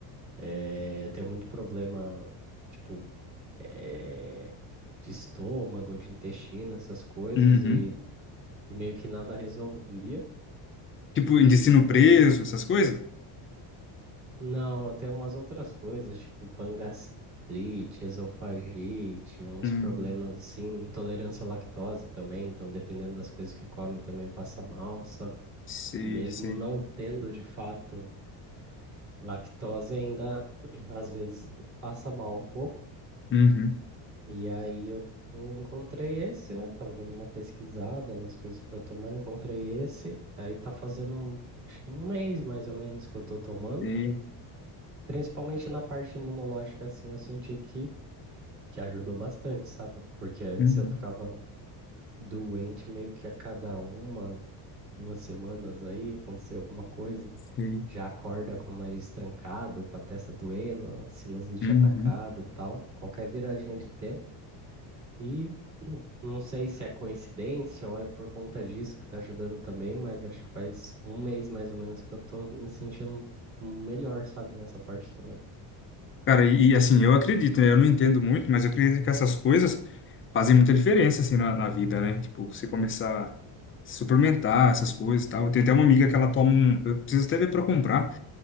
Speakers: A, on the right; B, on the left.
A: eh, eu tenho muito problema, tipo, eh, de estômago, de intestino, essas coisas,
B: Uhum.
A: e, e meio que nada resolvia.
B: Tipo,
A: E
B: intestino
A: também
B: preso, essas coisas?
A: Não, até umas outras coisas, tipo pangastrite, esofagite, uns
B: Uhum.
A: problemas assim, intolerância à lactose também, então dependendo das coisas que come também passa mal, sabe?
B: Sei,
A: Mesmo
B: sei.
A: não tendo de fato lactose, ainda <clears throat> às vezes passa mal um pouco.
B: Uhum.
A: E aí eu, eu encontrei esse, né? Tava dando uma pesquisada nas coisas para tomar, encontrei esse, aí tá fazendo acho que um mês mais ou menos que eu tô tomando.
B: Sei.
A: Principalmente na parte imunológica, assim, eu senti que, que ajudou bastante, sabe? Porque antes
B: Uhum.
A: eu ficava doente meio que a cada uma, duas semanas aí, acontecia alguma coisa.
B: Sei.
A: Já acorda com o nariz trancado, com a testa doendo, a sinusite
B: Uhum.
A: atacada e tal, qualquer viradinha de tempo. E hum, não sei se é coincidência ou é por conta disso que tá ajudando também, mas acho que faz um mês mais ou menos que eu tô me sentindo melhor, sabe? Nessa parte também.
B: Cara, e, e, assim, eu acredito, né? Eu não entendo muito, mas eu acredito que essas coisas fazem muita diferença, assim, na, na vida, né? Tipo, você começar a suplementar essas coisas e tal. Eu tenho até uma amiga que ela toma um. Eu preciso até ver pra comprar.